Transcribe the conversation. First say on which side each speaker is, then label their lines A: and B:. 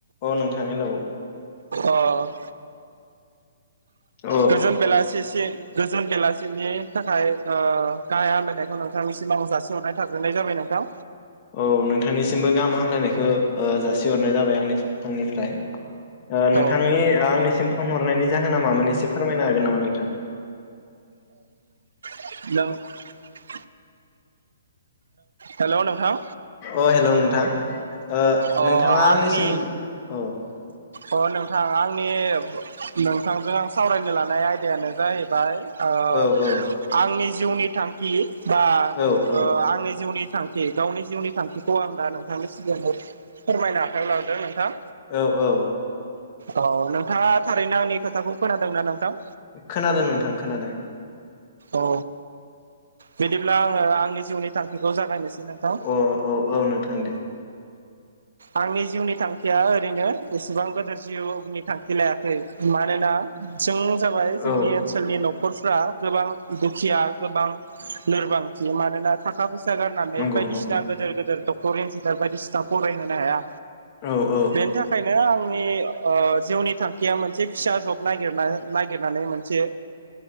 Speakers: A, on the left; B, on the right.
A: अ नोंथां हेलौ
B: अ
A: अ
B: गोजोन बेलासि <unintelligible> गोजोन बेलासिनि थाखाय ओ‌ गाहाय हामलायनायखौ नोंथांनिसिम‌ जासिहरनाय थाग्रोनाय जाबाय नोंथां
A: औ नोंथांनिसिमबो गाहाम हामलायनायखौ ओ जासिहरनाय जाबाय आंनि-आंनिफ्राय ओ
B: औ
A: नोंथांनि आंनिसिम फन हरनायनि जाहोना मामोन एसे फोरमायनो हागोन नामा नोंथां?
B: <unintelligible> हेलौ नोंथां
A: अ हेलौ नोंथां ओ
B: अ
A: नोंथाङा
B: आंनि
A: आंनिसिम औ
B: अ नोंथां आंनि नोंथांजों आं सावरायनो लानाय आयदायानो जाहैबाय ओ
A: औ औ
B: आंनि जिउनि थांखि बा
A: औ औ
B: ओ आंनि जिउनि थांखि गावनि जिउनि थांखिखौ आं दा नोंथांनि सिगाङाव फोरमायनो आखायाव लाबोदों नोंथां।
A: औ औ
B: औ नोंथाङा थारैनो आंनि खोथाखौ खोनादोंना नोंथां?
A: खोनादों नोंथां खोनादों।
B: औ बिदिब्ला आङो आंनि जिउनि थांखिखौ जागायनोसै नोंथां
A: अ औ औ नोंथां दे
B: आंनि जिउनि थांखिया ओरैनो एसेबां गोदोर जिउनि थांखि लायाखै। मानोना जों जाबाय जोंनि
A: औ
B: ओनसोलनि नख'रफ्रा गोबां खिया गोबां लोरबां बियो मानोना थाखा फैसा गारनानै
A: नंगौ
B: बायदिसिना
A: नंगौ
B: गोदोर गोदोर दक टर इन्जिनार बायदिसिना फरायहोनो हाया।
A: औ औ
B: बेनि थाखायनो आंनि ओ जिउनि थांखिया मोनसे फिसा जब नागिरना नागिरनानै मोनसे